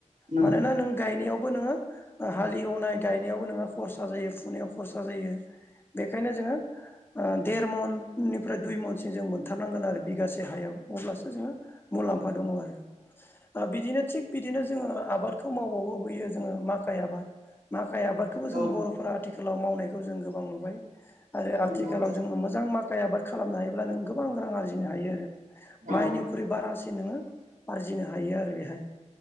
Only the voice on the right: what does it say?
नंगौ
औ
नंगौ
औ